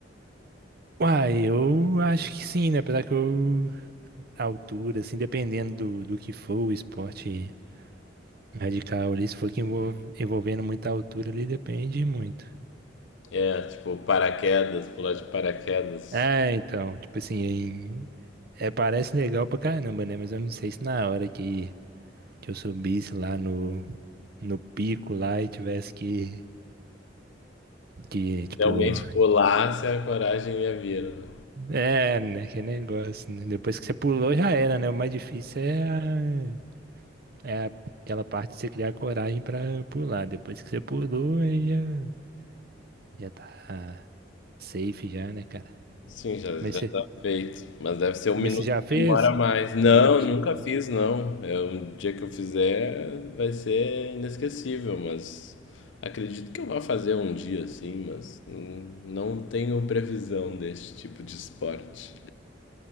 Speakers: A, on the right (about 55°); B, on the left (about 85°).
A: Uai, eu acho que sim, né? Apesar que eu, a altura, assim, dependendo do, do que for o esporte radical ali, se for que envolve, envolvendo muita altura ali, depende muito.
B: É, tipo, paraquedas, pular de paraquedas.
A: É, então, tipo assim, é, parece legal pra caramba, né? Mas eu não sei se na hora que, que eu subisse lá no, no pico lá e tivesse que, que, tipo,
B: Realmente pular se a coragem ia vir. né?
A: é, né? Que negócio, né? Depois que você pulou já era, né? O mais difícil é, a- é a- aquela parte de você criar coragem pra pular. Depois que você pulou, aí já, já tá safe já, né, cara?
B: Sim, já, já
A: Mas você,
B: tá feito. Mas deve ser um
A: mas
B: minuto
A: você já fez
B: que demora mais. Não,
A: algum tipo
B: nunca
A: de...
B: fiz, não. é um dia que eu fizer vai ser inesquecível, mas acredito que eu vá fazer um dia sim, mas hum, não tenho previsão desse tipo de esporte.